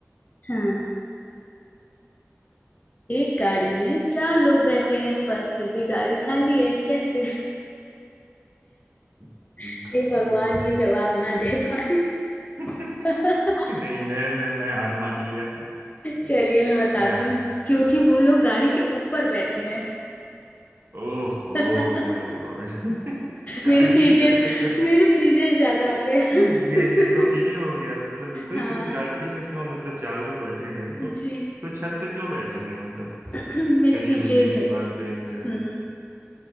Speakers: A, on the left (about 35°); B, on the right (about 55°).
A: हाँ एक गाड़ी में चार लोग बैठे हैं पर फिर भी गाड़ी खाली है कैसे
B: गाड़ी
A: <laughs>
B: खाली
A: हे भगवान
B: है
A: ये जवाब ना दे पाए
B: <laughs>
A: <laughs>
B: नहीं मैं मैं मैं हार मान लिया
A: चलिए मैं बताती
B: मैं हार
A: हूँ क्योंकि वो लोग गाड़ी के ऊपर बैठे हैं
B: ओहो
A: <laughs>
B: माय गॉड <laughs> गाड़ी
A: मेरे पीजेस
B: की छत पे क्यों
A: मेरे पीजेस ज्यादा आते हैं
B: ये
A: <laughs>
B: ये तो पीजे हो गया मतलब कोई
A: हाँ
B: कोई गाड़ी में क्यों मतलब चार लोग बैठे हैं तो
A: जी
B: कोई छत पे क्यों बैठेंगे मतलब
A: <clears throat> मेरे
B: चलिए
A: पीजेस
B: मुझे इसी
A: आते
B: बात पे एक
A: हैं हम्म